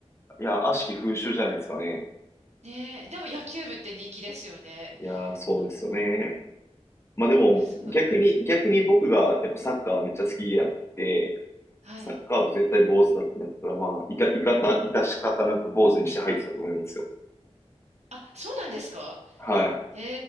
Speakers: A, on the left; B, on the right.
A: いや、悪しき風習じゃないですかね。
B: うんねえ、でも野球部って人気ですよね。
A: いやー、そうですよね。
B: なんか、
A: まあでも、
B: すごい。
A: 逆に、逆に僕がやっぱサッカーめっちゃ好きやって、
B: はい。
A: サッカー部絶対坊主だってなったら、まあ、いた、いかた、いたし方なく坊主にして入ってたと思いますよ。
B: あ、そうなんですか
A: はい。<laughs>
B: え